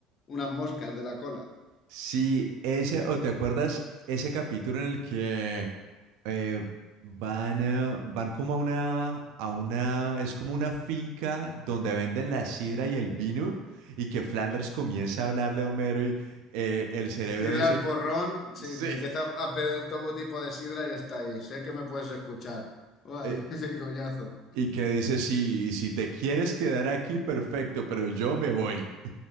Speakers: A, on the left; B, on the right.
A: unas moscas de la cola.
B: Sí, ese, o te acuerdas ese capítulo en el que eh, van, eh, van como a una, a una, es como una finca donde venden la sidra y el vino, y que Flanders
A: Sí.
B: comienza a hablarle a Homero y eh, el cerebro
A: Sidra
B: dice,
A: al porrón, sí,
B: sí,
A: le empieza a pedir todo tipo de sidra y está ahí. Sé que me puedes escuchar. Uy,
B: eh,
A: <laughs> qué coñazo.
B: y que dice, sí, si te quieres quedar aquí, perfecto, pero yo me voy.